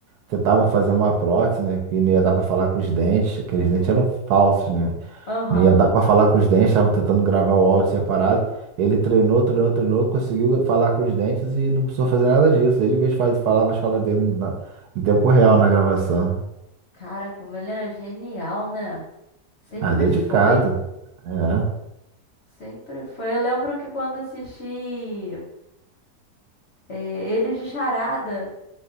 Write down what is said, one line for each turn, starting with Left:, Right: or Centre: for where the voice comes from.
Right: tentavam fazer uma prótese, né? Que não ia dar pra falar com os dentes. Aqueles dentes eram falsos, né?
Left: Aham.
Right: Não ia dar pra falar com os dentes, tava tentando gravar o áudio separado. Ele treinou, treinou, treinou, conseguiu falar com os dentes e não precisou fazer nada disso. Ele mesmo faz, falava as falas dele na- no tempo real na gravação.
Left: Cara, como ele era genial, né? Sempre
Right: Ah, dedicado.
Left: foi.
Right: é.
Left: Sempre foi. Eu lembro que quando assisti é, ele de Charada,